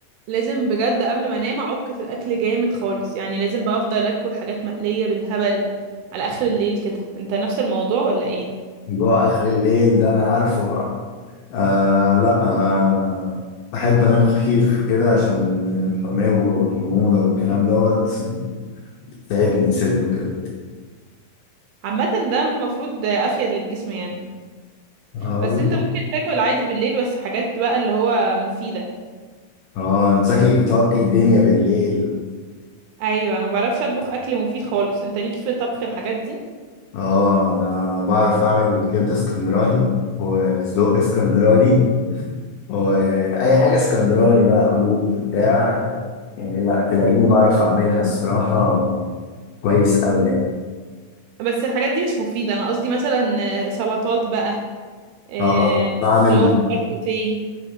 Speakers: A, on the right (about 80°); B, on the left (about 75°).
A: لازم بجد قبل ما انام اعك في الاكل جامد خالص يعني لازم بقى افضل اكل حاجات مقليه بالهبل على اخر الليل كده انت نفس الموضوع ولا ايه
B: جوع آخر الليل ده أنا عارفه بقى آه لا أنا بحب أنام خفيف كده عشان الحماوة والحموضة والكلام دوت تعب من صدري وكده
A: عامه ده المفروض افيد للجسم يعني
B: اه
A: بس
B: بالظبط
A: انت ممكن تاكل عادي بالليل بس حاجات بقى اللي هو مفيده
B: اه انت شكلك بتعكي الدنيا بالليل
A: ايوه ما بعرفش اطبخ اكل مفيد خالص انت ليك في طبخ الحاجات دي
B: اه انا بعرف اعمل كبده اسكندراني وسجق اسكندراني واي حاجه اسكندراني بقى قلوب بتاع يعني لا تلاقيني بعرف اعملها الصراحه كويس قوي يعني
A: بس الحاجات دي مش مفيده انا قصدي مثلا آه، سلطات بقى آه،
B: اه بعمل
A: اللي هو خضار سوتيه